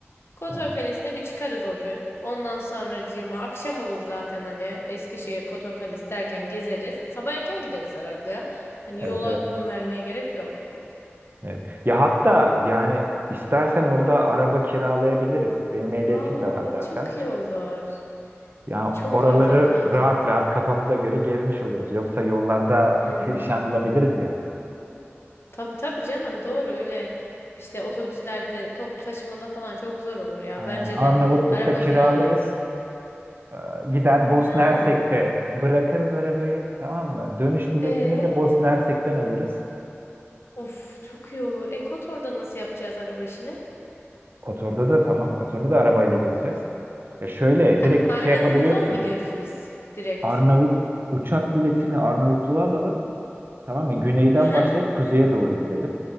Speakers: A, on the left (about 60°); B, on the right (about 50°).
A: Kotor
B: Tamam
A: Kalesi'ne bir çıkarız o gün. Ondan sonracığıma akşam olur zaten hani Eskişehir Kotor Kalesi derken gezeriz. Sabah erken gideriz herhalde ya. Hani
B: evet
A: yola
B: evet.
A: gün vermeye gerek yok.
B: evet. Ya hatta yani istersen orada araba kiralayabiliriz. Benim ehliyetim
A: Aa
B: de var zaten.
A: çok iyi olur.
B: Ya
A: Çok
B: oraları
A: iyi olur kanka.
B: rahat rahat kafamıza göre gezmiş oluruz. Yoksa yollarda
A: Mhm.
B: <laughs> perişan olabiliriz yani.
A: Tabii tabii canım doğru öyle işte otobüslerde top taşımada falan çok zor olur ya.
B: Aynen.
A: Bence
B: Arnavutluk'ta
A: de araba
B: kiralarız.
A: kiralayalım.
B: Ee, Gider Bosna
A: Ha.
B: Hersek'te bırakırız arabayı tamam mı? Dönüş biletini
A: E
B: de Bosna Hersek'ten alırız.
A: of çok iyi olur. E Kotor'da nasıl yapacağız araba işini?
B: Kotor'da da tamam. Kotor'da da arabayla gezeceğiz. Ya şöyle
A: Ha,
B: direkt
A: Arnavutluğa
B: şey yapabiliyorsun.
A: mı gidiyoruz biz direkt?
B: Arnavut uçak biletini Arnavutluğa alalım. Tamam mı? Güneyden
A: Hı hı.
B: başlayıp kuzeye doğru gidelim.